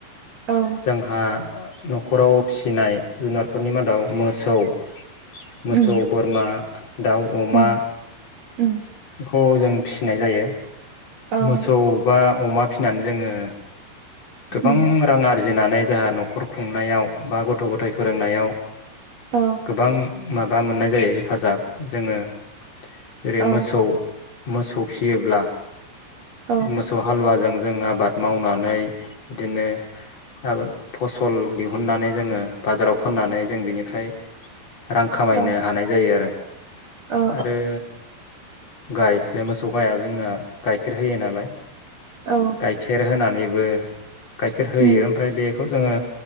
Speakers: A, on the right (about 55°); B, on the left (about 40°).
A: औ
B: जोंहा न'खराव फिसिनाय जुनारफोरनि मादाव मोसौ मोसौ
A: उम
B: बोरमा दाउ अमा
A: उम उम
B: बेखौ जों फिसिनाय जायो।
A: औ
B: मोसौ बा अमा फिसिनानै जोङो गोबां
A: उम
B: रां आरजिनानै जोंहा न'खरखौ खु खुंनायाव बा गथ' गथाय फोरोंनायाव
A: औ
B: गोबां माबा मोननाय जायो हेफाजाब जोङो जेरै
A: औ
B: मोसौ मोसौ फिसियोब्ला
A: औ
B: मोसौ हालुवाजों जों आरो आबाद मावनानै बिदिनो गाबोन फसल दिहुननानै जोङो बाजाराव फाननानै जों बिनिफ्राय रां खामायनो
A: औ
B: हानाय जायो आरो
A: औ
B: आरो गायस मोसौ गाइया जोंना गाइखेर होयो नालाय
A: औ
B: गाइखेर होनानैबो गाइखेर होयो
A: उम
B: ओमफ्राय बेखौ जोङो